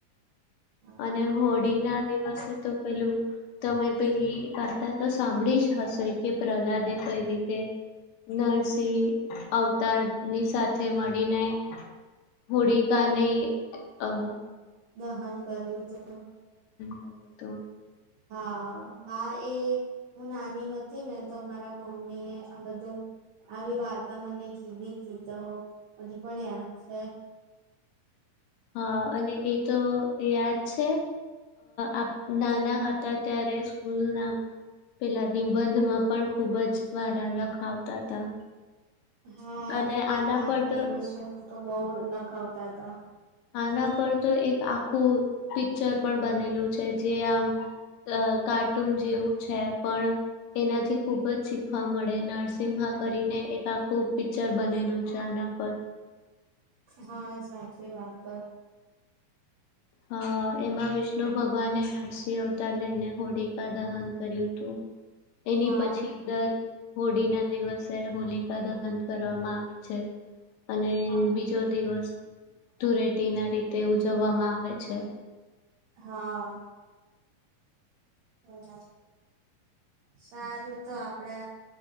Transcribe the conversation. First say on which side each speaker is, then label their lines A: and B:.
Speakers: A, on the right; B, on the left.
A: હા,
B: અને હોળી ના દિવસે તો પેલું તમે પેલી ગાતા તો સાંભળી જ હશે કે પ્રહલાદે કઈ રીતે નરસિંહ અવતારની સાથે મળીને હોડીી ગાને અ
A: દહન કર્યું તોું
B: અ તો
A: હા હા એ હું નાની હતી ને તો મારા મમ્મી એ આ બધું આવી વાત તા મને કીધી હતીી તો હજુ પણ યાદ છે
B: હા અને એ તો યાદ છે અ નાના હતા ત્યારે સ્કૂલના પેલા નિબંધમાં પણ ખુબ જ વારા લખાવતા હતા.
A: હા
B: અને આના
A: હા
B: પર
A: હોડી
B: તો
A: વિશે તો બહું લખાવતા હતા.
B: આના પર તો એક આખું પિક્ચર પણ બનેલું છે જે આમ અ કાર્ટૂન જેવું છે. પણ એનાથી ખુબ જી હમળે નરસિમહા કરીને એક આખું પિક્ચર બનેલું છે આના પર.
A: હા સાચી વાત.
B: હા. એમાં વિષ્ણુ ભગવાને નરસિંહ અવતાર લઈને હોળીકા દહન કર્યું તું. એની
A: હા
B: પછી દર હોળીના દિવસ સે હોલિકા દહન કરવામાં આવે છે. અને
A: હા
B: બીજો દિવસ. ધૂરેટી ના રીતે ઉજવવામાં આવે. છે.
A: હા. બરાબર. સારું તો આપડે